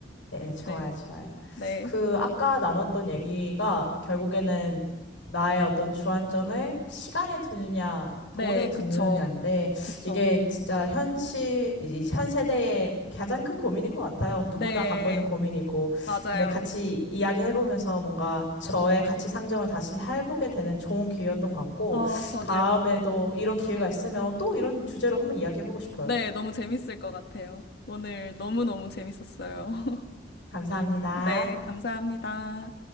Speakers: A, on the left; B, on the left.
A: 네네, 좋아요,
B: 네.
A: 좋아요.
B: 네.
A: 그, 아까 나눴던 얘기가 결국에는 나의 어떤 주안점을 시간에 두느냐,
B: 네,
A: 돈에 두느냐인데,
B: 그쵸. 그쵸.
A: 이게 진짜 현실, 이제 현 세대의 가장 큰 고민인 것 같아요. 누구나
B: 네.
A: 갖고 있는 고민이고.
B: 맞아요.
A: 근데 같이 이야기해보면서 뭔가 저의 가치 상정을 다시 해보게 되는 좋은 기회였던 것 같고,
B: 어, 저도요.
A: 다음에도 이런 기회가 있으면 또 이런 주제로 한번 이야기해보고 싶어요.
B: 네, 너무 재밌을 것 같아요. 오늘 너무너무 재밌었어요. <laughs>
A: 감사합니다.
B: 네, 감사합니다.